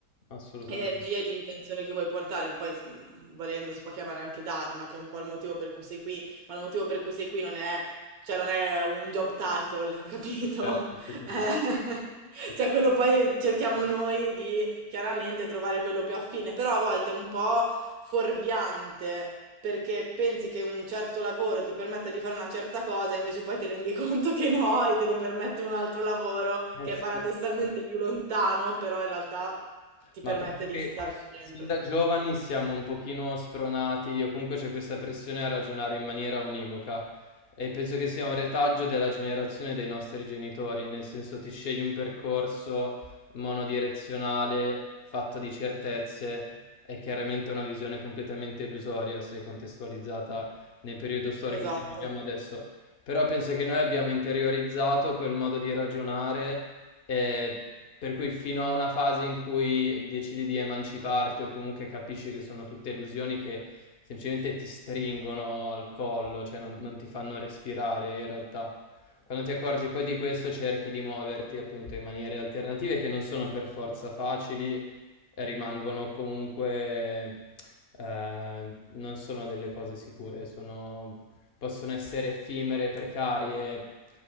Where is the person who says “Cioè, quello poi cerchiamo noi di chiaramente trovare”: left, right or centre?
Right